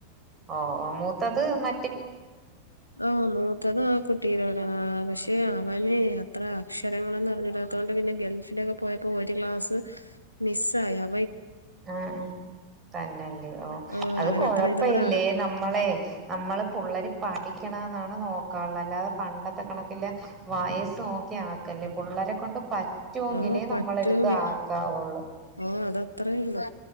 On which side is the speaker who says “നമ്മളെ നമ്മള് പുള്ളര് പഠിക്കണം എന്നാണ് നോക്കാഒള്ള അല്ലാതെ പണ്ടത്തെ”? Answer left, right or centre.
Right